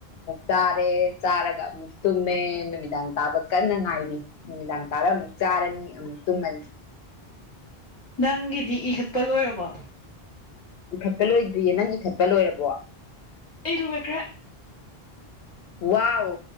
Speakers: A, on the left; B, on the left.
A: ꯆꯥꯔꯦ ꯆꯥꯔꯒ ꯑꯃꯨꯛ ꯇꯨꯝꯃꯦ ꯅꯨꯃꯤꯗꯥꯡ ꯇꯥꯕ ꯀꯟꯅ ꯉꯥꯏꯔꯤ ꯅꯨꯃꯤꯗꯥꯡ ꯇꯥꯔꯨꯛ ꯆꯥꯔꯅꯤ ꯑꯃꯨ ꯇꯨꯝꯃꯅꯤ
B: ꯅꯪꯒꯤꯗꯤ ꯏꯈꯠꯄ ꯂꯣꯏꯔꯕꯣ
A: ꯏꯈꯠꯄ ꯂꯣꯏꯗ꯭ꯔꯤꯌꯦ ꯅꯪ ꯏꯈꯠꯄ ꯂꯣꯏꯔꯕꯣ
B: ꯑꯩ ꯂꯣꯏꯈ꯭ꯔꯦ
A: ꯋꯥꯎ